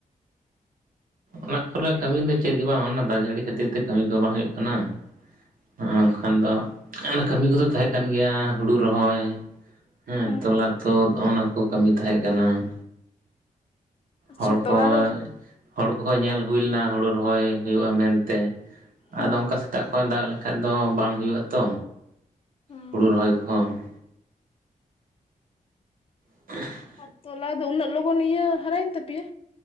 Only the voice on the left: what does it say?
ᱦᱮᱸ
ᱟᱪᱪᱷᱟ
ᱛᱚᱞᱟ ᱫᱚ
ᱦᱮᱸ
ᱦᱩᱸ
ᱟᱨ ᱛᱚᱞᱟ ᱫᱚ ᱩᱱᱟᱹᱜ ᱞᱚᱜᱚᱱ ᱤᱭᱟᱹ ᱦᱟᱨᱟᱭᱮᱱ ᱛᱟᱯᱮᱭᱟ?